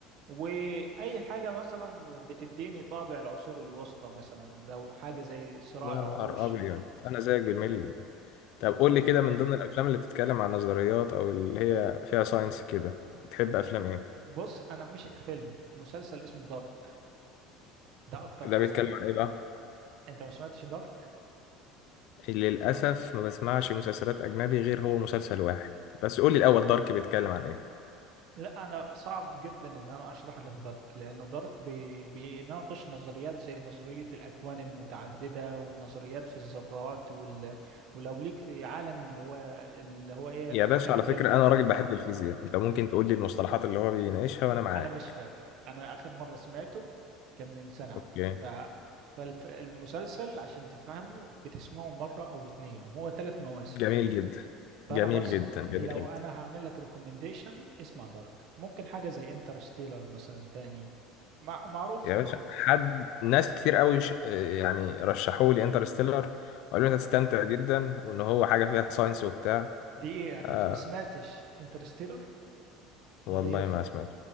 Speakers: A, on the right; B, on the left.
A: وأي حاجة مثلا بتديني طابع العصور الوسطى مثلا لو حاجة زي صراع
B: يا
A: العروش
B: نهار ابيض انا زيك بالملي
A: والله
B: طب قول لي كده من ضمن الافلام اللي بتتكلم عن نظريات او اللي هي فيها ساينس كده بتحب افلام ايه
A: بص أنا مش فيلم مسلسل اسمه دارك ده أكتر حاجة
B: ده بيتكلم عن ايه بقى
A: أنت ما سمعتش دارك؟
B: للأسف ما بسمعش مسلسلات أجنبي غير هو مسلسل واحد بس قولي الأول دارك بيتكلم عن إيه
A: لا انا صعب جدا ان انا اشرح لك دارك لان دارك بي... بيناقش نظريات زي نظريه الاكوان المتعدده ونظريات في الذرات وال... ولو ليك في عالم اللي هو اللي هو ايه
B: يا
A: ميكانيكا
B: باشا على فكرة
A: الكم
B: أنا راجل بحب الفيزياء أنت ممكن تقولي المصطلحات اللي هو بيناقشها وأنا معاه
A: انا مش فاكر انا اخر مره سمعته كان من سنه
B: أوكي
A: ف فالمسلسل عشان تفهمه بتسمعه مره او اتنين وهو ثلاث مواسم
B: جميل جدا
A: فانا
B: جميل
A: بنص...
B: جدا جميل
A: لو
B: جدا
A: انا هعمل لك ريكومنديشن اسمع دارك ممكن حاجه زي انترستيلر مثلا تاني مع... معروف
B: يا
A: طبعا
B: باشا حد ناس كتير قوي ش... يعني رشحوا لي انترستيلر وقالوا لي أنت هتستمتع جدا وإن هو حاجة فيها ساينس وبتاع
A: دي ايه يعني؟
B: آه
A: انت ما سمعتش انترستيلر
B: والله
A: لا يا اخي
B: ما سمعت